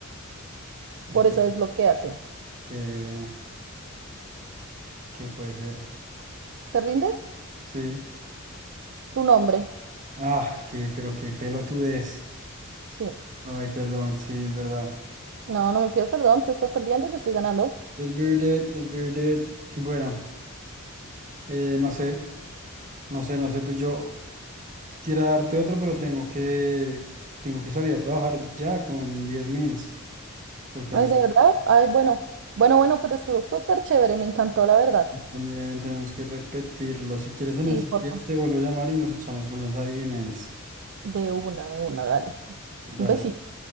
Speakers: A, on the right (about 35°); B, on the right (about 55°).
A: Espera,
B: Por eso desbloquéate.
A: eh, ¿qué puede ser?
B: ¿Te rindes?
A: Sí.
B: Tu nombre.
A: Ah, qué, pero qué pelotudez.
B: Sí.
A: Ay, perdón, sí, es verdad.
B: No, no me pidas perdón, tú estás perdiendo, yo estoy ganando.
A: Es bearded, es bearded. Bueno, eh, no sé, no sé, no sé, pues yo quisiera darte otro, pero tengo que, tengo que salir a trabajar ya, como en 10 mins. Tengo que
B: Ay,
A: alistar.
B: ¿de verdad? Ay, bueno. Bueno, bueno, pero estuvo súper chévere, me encantó, la verdad.
A: También tenemos que repetirlo. Si quieres en
B: Sí,
A: esos
B: porfa.
A: días te vuelvo a llamar y nos echamos unas adivinanzas.
B: De una, de una, dale.
A: Dale,
B: Un besito.